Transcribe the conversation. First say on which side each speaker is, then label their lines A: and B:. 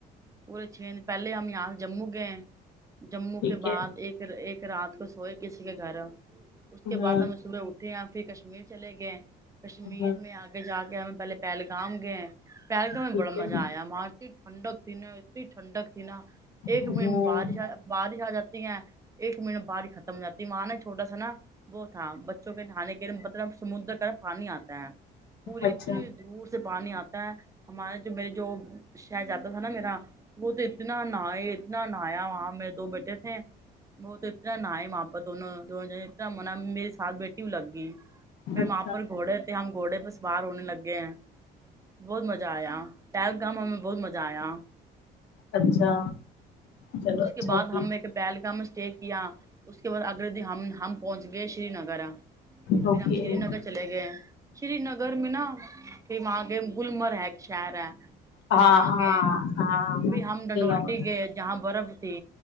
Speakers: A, on the right; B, on the left.
A: پورے چھ دن پہلے ہم یہاں سے جموں گئے جموں
B: ٹھیک
A: کے بعد
B: ہے
A: ایک ایک رات کو سوئے کسی کے گھر اس
B: ہ
A: کے بعد ہم صبح اٹھے یا پھر کشمیر چلے گئے کشمیر
B: ہ
A: میں آگے جا کے ہمیں پہلے پہلگام گئے پہلگام ہم
B: ٹھیک
A: بڑا
B: ہے
A: مزہ آیا مارکٹ ٹھنڈک تھی نا اتنی ٹھنڈک تھی نا ایک
B: ہ
A: مٹ بارش آجا بارش آ جاتی ہے ایک منٹ میں ختم ہو جاتی ہے وہاں نا چھوٹا سا نا وہ تھا بچوں کے نہانے کے مطلب سمندر کا پانی آتا ہے پوری
B: اچھا
A: اتنی دور سے پانی آتا ہے ہمارے جو میرے جو شہزات بیٹا تھا نا میرا وہ تو اتنے اتنا نایا وہاں میر دو بیٹے تھے وہ تو اتنا نہا ئے وہاں پر دونوں دونوں جانا اتنا مناع میرری ساتھ بیٹھی ہو لگ گئی پھر
B: اچھا
A: وہاں پر گھوڑے تھے ہم گھوڑے پہ سوا ر ہونے لگے ہیں بہت مزہ آیا پہلگام میں ہمیں بہت مزہ آیا
B: اچھا چلو
A: اس
B: اچھا
A: کے بعد
B: ٹھیک
A: ہم نے ایک پہلکام اسٹے کیا اس کے بعد اگل د ن ہم ہم پہنچ گئے شری نگر
B: اوکے
A: پھر ہم شری نگر چلے گئے شری نگر میں نا پھر وہاں گیے ہم گلمرگ ا یک شہر ہے پھر
B: ہاں
A: وہاں
B: ہاں
A: گئے
B: ہاں سنا
A: پھر ہم ڈنولٹی
B: ہوا
A: گئے جہاں برف تھی